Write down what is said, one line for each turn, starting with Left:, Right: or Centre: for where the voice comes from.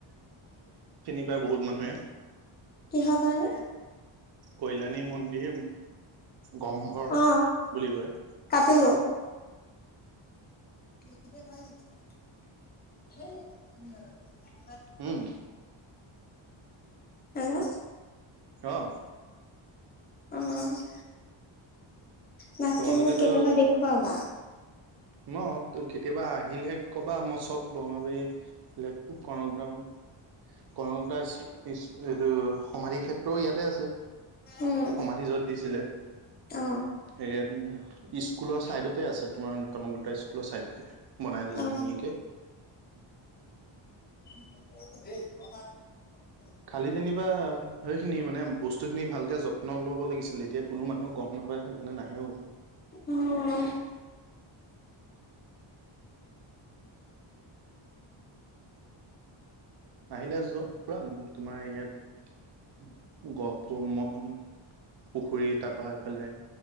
Right: প্ৰায় বহুত মানুহে
Left: কিহৰ কাৰণে?
Right: কল্যাণী মন্দিৰ গম্ভৰ,
Left: অ
Right: বুলি কয়।
Left: কাটিলো <unintelligible>
Right: উম
Left: হেল্ল',
Right: অ',
Left: অ', বাকী
Right: তোমালোকেতো
Left: মোক কেতিয়াবা দেখুৱাবা।
Right: ন' কেতিয়াবা আহিলে কবা মই চব বঙাবাৰী কদম কনকলতা ইচ এইটো সমাধি ক্ষেত্ৰও ইয়াতে আছে,
Left: উম
Right: সমাধি য'ত দিছিলে
Left: অ
Right: হেইদ স্কুলৰ চাইদতে আছে তোমাৰ কনকলতা স্কুলৰ চাইদতে বনাই থৈছে
Left: অ
Right: ধুনীয়াকে।
Left: <unintelligible>
Right: খালি যেনিবা সেইখিনি মানে বস্তু খিনি ভালকে যত্ন ল'ব লাগিছিলে। এতিয়া কোনো মানুহ গম নাপাই সেনে নাহেও।
Left: অ অ
Right: আহিলে যোৱা ফুৰাম তোমাৰ ইয়াত গহপুৰ <unintelligible> পুখুৰী তাৰপা ইফালে